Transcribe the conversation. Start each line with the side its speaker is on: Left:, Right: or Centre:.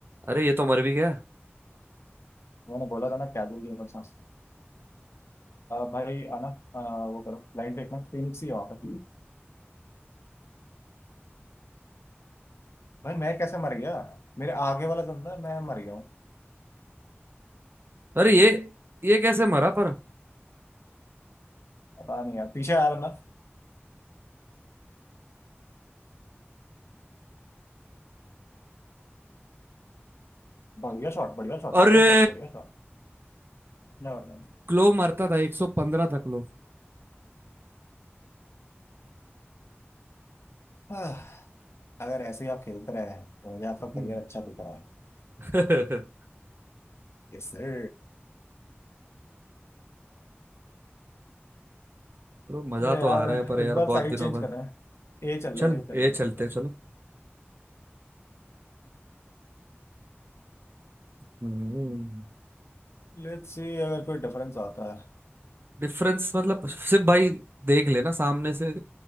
Right: अरे ये तो मर भी गया
Left: मैंने बोला था ना कैजुअल गेम अच्छा भाई आना अ, वो करो ब्लाइंड फेंकना पिंक सी ऑफ है भाई मैं कैसे मर गया मेरे आगे वाला बंदा मैं मर गया हूँ
Right: अरे ये ये कैसे मरा पर
Left: पता नहीं यार पीछे आया बंदा बढ़िया शॉट बढ़िया शॉट
Right: अरे
Left: बढ़िया शॉट बढ़िया शॉट Never mind
Right: क्लो मरता था 115 था क्लो
Left: आह, <sighs> अगर ऐसे ही आप खेलते रहे तो मुझे आपका
Right: हम्म।
Left: करियर अच्छा दिख रहा है
Right: <laughs> चलो
Left: Yes sir
Right: मजा
Left: अबे यार
Right: तो आ रहा है पर यार
Left: इस बार साइड
Right: बहुत दिनों
Left: चेंज
Right: बाद
Left: कर रहे हैं ए चल
Right: चल
Left: रहे हैं ए चल
Right: ये
Left: रहे हैं
Right: चलते
Left: ए चल रहे
Right: चलो
Left: हैं
Right: हम्म
Left: लेट्स सी अगर कोई डिफरेंस आता है
Right: डिफरेंस मतलब सिर्फ भाई देख लेना सामने से